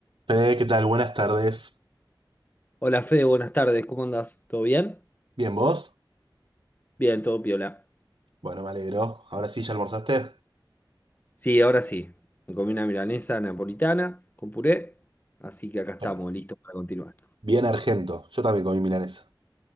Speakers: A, on the right; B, on the left.
A: Fede, ¿qué tal? Buenas tardes.
B: Hola Fede, buenas tardes, ¿cómo andás? ¿Todo bien?
A: ¿Bien vos?
B: Bien, todo piola.
A: Bueno, me alegro. Ahora sí, ¿ya almorzaste?
B: Sí, ahora sí. Me comí una milanesa napolitana con puré, así que acá estamos,
A: Ok.
B: listos para continuar.
A: Bien argento. Yo también comí milanesa.